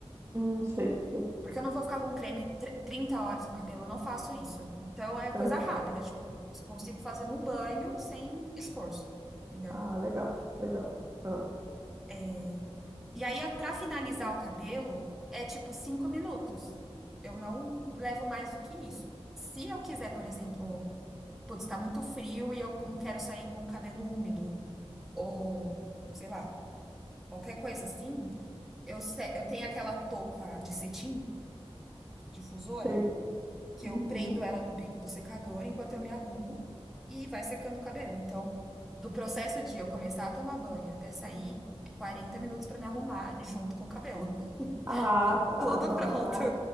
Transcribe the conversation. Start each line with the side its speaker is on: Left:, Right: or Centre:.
Right: Hum, sei, sei.
Centre: Porque eu não vou ficar com creme tr- 30 horas no cabelo, eu não faço isso. Então é coisa
Right: Aham.
Centre: rápida, tipo, consigo fazer num banho sem esforço, entendeu?
Right: Ah, legal, legal. Ah,
Centre: É, E aí, pra finalizar o cabelo, é tipo cinco minutos. Eu não levo mais do que isso. Se eu quiser, por exemplo. putz, tá muito frio e eu não quero sair com o cabelo úmido, ou sei lá, qualquer coisa assim, eu, se- eu tenho aquela touca de cetim, difusora,
Right: sei.
Centre: que
Right: Uhum.
Centre: eu prendo ela no bico do secador enquanto eu me arrumo e vai secando o cabelo. Então, do processo de eu começar a tomar banho até sair, é 40 minutos pra me arrumar junto com o cabelo. <laughs>
Right: Ah, tá.
Centre: Tudo
Right: Não,
Centre: pronto.
Right: não. Ah,